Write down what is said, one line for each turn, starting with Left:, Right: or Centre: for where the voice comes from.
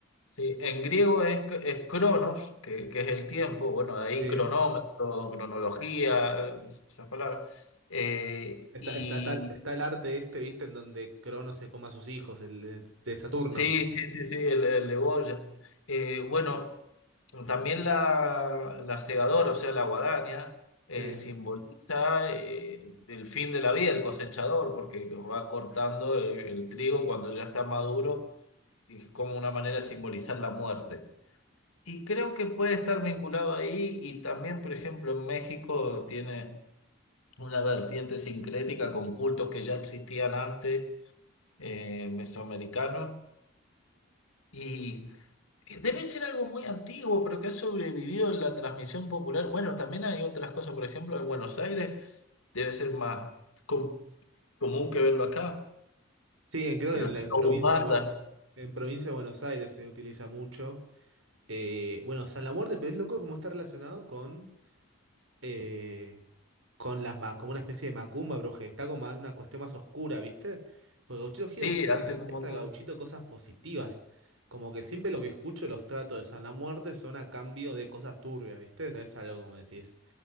Left: sí. En griego es, es Cronos, que, que es el tiempo, bueno, de ahí
Right: Sí.
Left: cronómetro, cronología, esas palabras. Eh,
Right: Está,
Left: y
Right: está, está, está el arte este, viste, en donde Crono se come a sus hijos, el de, de Saturno.
Left: Sí, sí, sí, sí, el, el de Goya. Eh, bueno, también la, la segadora, o sea, la guadaña, eh,
Right: Sí.
Left: simboliza eh, el fin de la vida del cosechador, porque va cortando el, el trigo cuando ya está maduro, y es como una manera de simbolizar la muerte. Y creo que puede estar vinculado ahí, y también, por ejemplo, en México tiene una vertiente sincrética con cultos que ya existían antes, eh, mesoamericanos y eh, debe ser algo muy antiguo, pero que ha sobrevivido en la transmisión popular. Bueno, también hay otras cosas, por ejemplo, en Buenos Aires debe ser más com- común que verlo acá,
Right: Sí, en- creo
Left: pero
Right: que en,
Left: están
Right: la- en provincia
Left: los bandas.
Right: de, Buen- en provincia de Buenos Aires se utiliza mucho. Eh, bueno, San la Muerte, pero es loco cómo está relacionado con. eh, con las ma- como una especie de macumba brujería, está como más una cuestión más oscura, ¿viste? Porque Gauchito Gira
Left: Sí,
Right: hay gente
Left: hacen
Right: que le agradece
Left: un montón.
Right: a Gauchito cosas positivas, como que siempre lo que escucho de los tratos de San la Muerte son a cambio de cosas turbias, ¿viste? No es algo como decís,